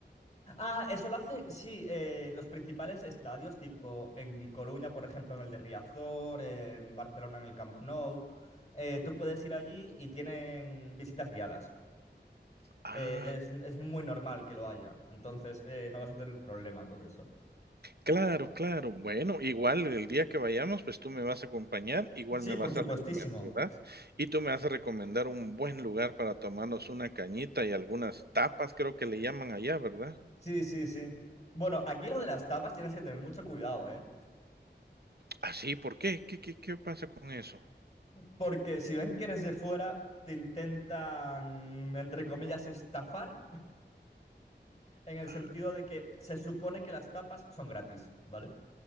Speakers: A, on the left; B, on the right.
A: Ah, eso lo hace, sí, eh, los principales estadios, tipo en Coruña, por ejemplo, en el de Riazor, en Barcelona, en el Camp Nou. eh, tú puedes ir allí y tienen visitas guiadas.
B: Ah,
A: Eh, es, es muy normal que lo haya, entonces eh, no vas a tener problema con eso.
B: Claro, claro. Bueno, igual el día que vayamos, pues, tú me vas a acompañar, igual
A: Sí,
B: me vas
A: por supuestísimo.
B: a recomendar, ¿verdad? Y tú me vas a recomendar un buen lugar para tomarnos una cañita y algunas tapas, creo que le llaman allá, ¿verdad?
A: Sí, sí, sí. Bueno, aquí lo de las tapas tienes que tener mucho cuidado, ¿eh?
B: ¿Ah, sí? ¿Por qué? ¿Qué qué qué pasa con eso?
A: Porque si ven que eres de fuera, te intentan, entre comillas, estafar, en el
B: Ah,
A: sentido de que se supone que las tapas son gratis, ¿vale?